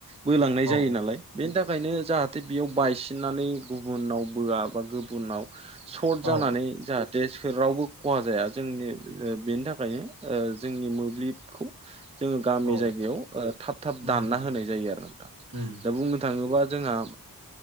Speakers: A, on the right; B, on the right.
A: बोलांनाय जायो
B: औ
A: नालाय बेनि थाखायनो जाहाथे बेयाव बायसिननानै गुबुनाव बोआ बा गुबुनाव सर्ट जानानै
B: औ
A: जाहा थे सोर रावबो खहा जाया जोंनि बेनि थाखायनो ओ जोंनि मोब्लिबखौ जोङो गामि
B: औ
A: जायगायाव ओ थाब थाब
B: उम
A: दानना
B: उम
A: होनाय जायो आरो नोंथा।
B: उम
A: दा बुंनो थाङोबा जोंहा